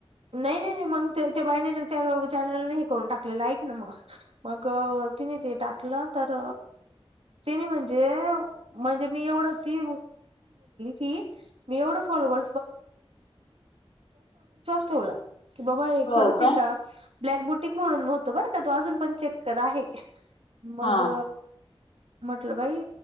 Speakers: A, on the right; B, on the left.
A: नाही नाही नाही मग ते बहिणी त्या चॅनलने हे करून टाकलेलं आहेक ना मग मग. तिने ते टाकलं, तर तिने म्हणजे म्हणजे मी एवढ ती क मी फॉो <unintelligible> ठोला की बाबा
B: हो
A: खरंच
B: काय
A: आहे का. ब्लॅक बोटक म्हणून होतो, बरं का तो अजून पण चेक्कर आहे मग.
B: हा
A: म्हटलं बाई